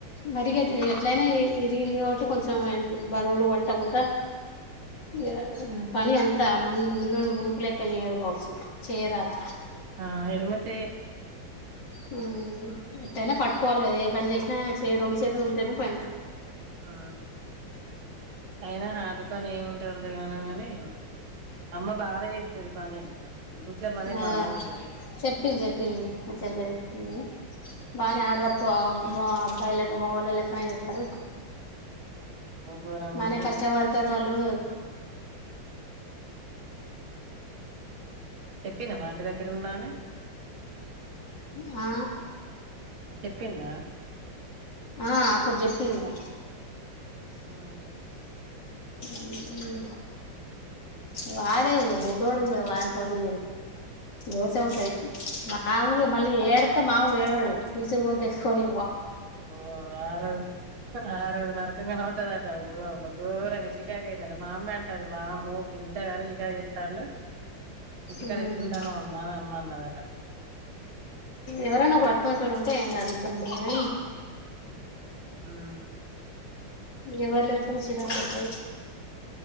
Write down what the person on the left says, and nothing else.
మరిగా ఎట్లయినా దీని కాబట్టి కొంచెం బరువులు పట్టకుండా ఇంగ పని అంతా ము ము మునుపు లెక్క చెయ్యరు కావచ్చు ఇంగ చేయరాదు
హ్మ్ ఎట్టైనా పట్టుకోవాలి కదా ఏ పని చేసినా చే రెండు సేతులు ఉంటేనే పని
ఆ
చెప్పింది చెప్పింది మా చెల్లే చెప్పింది బానే హార్డ్ వర్కు మా అబ్బాయిలేక మొగోల్ల లెక్కనే చెత్తారు
బానే
కష్టపడతారు వాళ్ళు
ఆ
ఆ అప్పుడు చెప్పిందిగా
ఉమ్మ్ వాడే ఇగ బుడ్డోడు ఇగ వానితోటి రోషం ఉంటది మామూలుగా మళ్ళీ ఏడితే మామూలుగా ఏడవాడు ఈసురు గొంతు ఏస్కోని
ఉమ్
ఎవరనా ఒక పట్టుకునేటోళ్ళు ఉంటే ఏం కాదు ఇబ్బంది ఉండేది కానీ
ఎవర్లేగ్తేనే సిరాక్అయితది